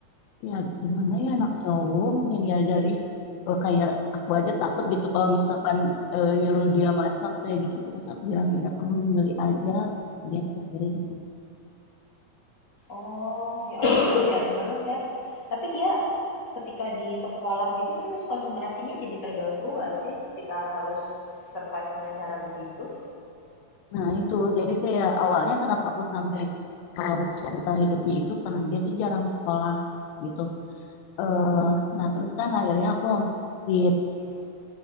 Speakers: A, on the left (about 75°); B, on the left (about 30°).
A: ya gimana ya anak cowok mungkin ya jadi eh, kayak aku aja takut gitu kalau misalkan eh, nyuruh dia masak kayak gitu terus aku bilang ya udah kamu beli aja kalian sendiri gitu
B: Oh, ya ampun kasihan banget ya. Tapi dia ketika di sekolah gitu terus konsentrasinya jadi terganggu nggak sih ketika harus survive dengan cara begitu?
A: Nah, itu jadi kayak awalnya kenapa aku sampai tahu cerita hidupnya itu karena dia tuh jarang sekolah gitu. eh nah, terus kan akhirnya aku ngeliat